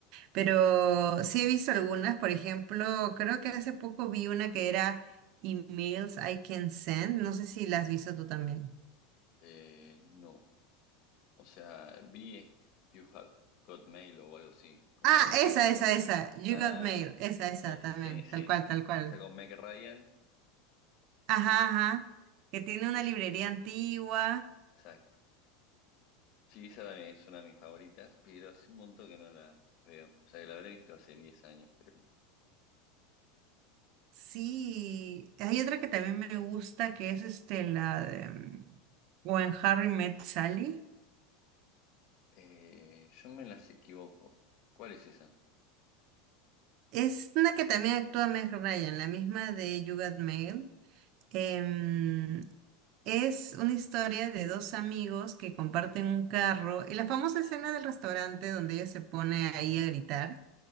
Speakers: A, on the right (about 55°); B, on the left (about 55°).
A: Pero sí he visto algunas, por ejemplo, creo que hace poco vi una que era Emails I Can Send. No sé si la has visto tú también.
B: Eh, no, o sea, vi You Have Got Mail o algo así, como
A: Ah,
B: no me acu-
A: esa,
B: no recuerdo.
A: esa, esa. You
B: Ah,
A: Got Mail. Esa, esa
B: esa,
A: también.
B: sí, sí.
A: Tal cual, tal cual.
B: Esa con Meg Ryan,
A: Ajá, ajá. Que tiene una
B: Sí.
A: librería antigua.
B: exacto. Sí, esa también es una de mis favoritas, pero hace un montón que no la veo. O sea, que la habré visto hace 10 años, creo.
A: Sí. Hay otra que también me gusta, que es este, la de mm, When Harry Met Sally.
B: Eh, yo me las equivoco. ¿Cuál es esa?
A: Es una que también actúa Meg Ryan, la misma de You Got Mail. Em, es una historia de dos amigos que comparten un carro y la famosa escena del restaurante donde ella se pone ahí a gritar